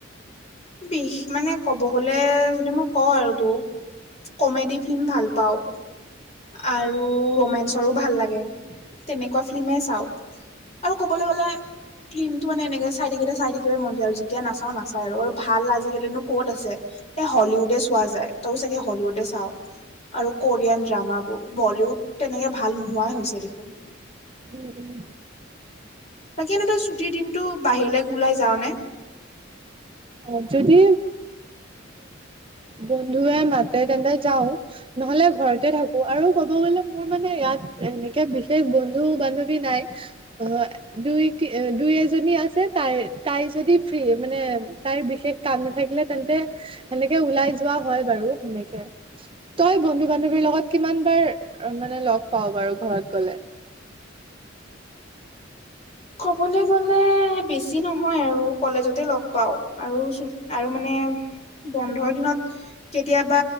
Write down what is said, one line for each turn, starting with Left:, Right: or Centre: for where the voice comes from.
Left: বিষ মানে ক'ব গ'লে যদি মই কওঁ আৰু তোক কমেডী ফিল্ম ভাল পাওঁ। আৰু ৰোমেঞ্চৰো ভাল লাগে। তেনেকুৱা ফিল্মে চাওঁ। আৰু ক'বলৈ গ'লে ফিল্মটো মানে এনেকে চাই থাকিলে চাই থাকিবই মন যায় আৰু। যেতিয়া নাচাওঁ নাচায় আৰু ভাল আজিকালিনো ক'ত আছে। হলিউডে চোৱা যায় তইও চাগে হলিউডে চাও আৰু কোৰিয়ান ড্ৰামা বলীউড তেনেকে ভাল নোহোৱাই হৈছে দেখোন।
Right: উম, উম।
Left: বাকী এনেই তই ছুটিৰ দিনতো বাহিৰলৈ ওলাই যাও নে?
Right: অ', যদি বন্ধুৱে মাতে তেন্তে যাও। নহলে ঘৰতে থাকো, আৰু ক'ব গ'লে মোৰ মানে ইয়াত এনেকে বিশেষ বন্ধু বান্ধৱী নাই। অ', দুই দুই এজনী আছে, তাই তাই যদি ফ্ৰী মানে তাইৰ বিশেষ কাম নাথাকিলে তেন্তে সেনেকে ওলাই যোৱা হয়, বাৰু সেনেকে। তই বন্ধু বান্ধৱীৰ লগত কিমান বাৰ মানে লগ পাও বাৰু ঘৰত গ'লে?
Left: ক'বলৈ গ'লে বেছি নহয় আৰু কলেজতে লগ পাওঁ আৰু আৰু মানে বন্ধৰ দিনত কেতিয়াবা